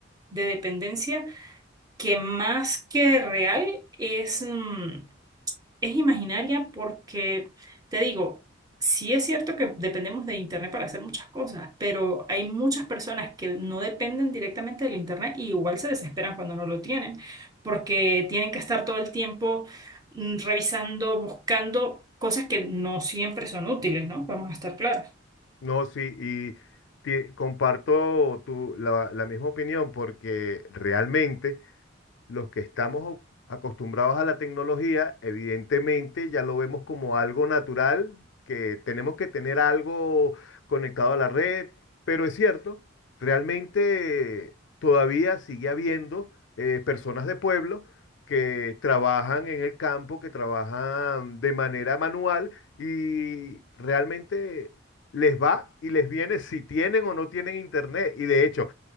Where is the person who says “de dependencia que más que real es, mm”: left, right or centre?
Right